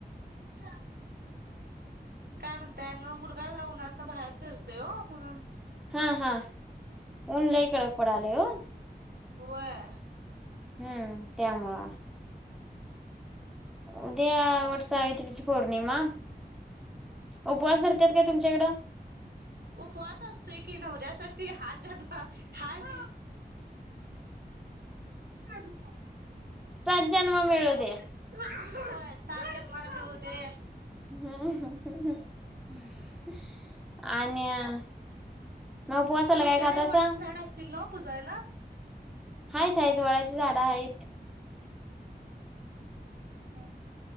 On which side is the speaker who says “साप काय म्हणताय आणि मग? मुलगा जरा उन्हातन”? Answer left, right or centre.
Right